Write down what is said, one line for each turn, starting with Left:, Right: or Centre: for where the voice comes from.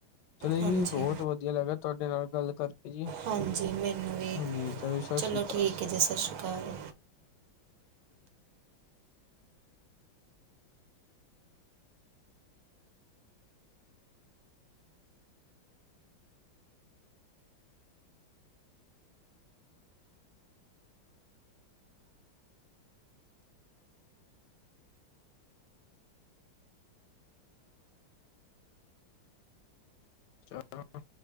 Left: ਚਲੋ ਜੀ,
Right: ਹਾਂਜੀ
Left: ਬਹੁਤ ਵਧੀਆ ਲੱਗਾ ਤੁਹਾਡੇ ਨਾਲ ਗੱਲ ਕਰਕੇ। ਜੀ
Right: ਹਾਂਜੀ, ਮੈਨੂੰ ਵੀ,
Left: ਹਾਂਜੀ ਸਤਿ
Right: ਚਲੋ
Left: ਸ਼੍ਰੀ ਅਕਾਲ।
Right: ਠੀਕ ਹੈ ਜੀ, ਸਤਿ ਸ਼੍ਰੀ ਅਕਾਲ।
Left: ਚਲੋ